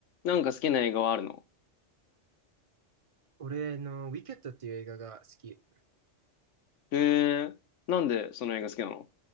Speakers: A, on the left; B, on the right.
A: なんか好きな映画はあるの
B: 俺の、ウィケットっていう映画が好き。
A: へえ。なんでその映画好きなの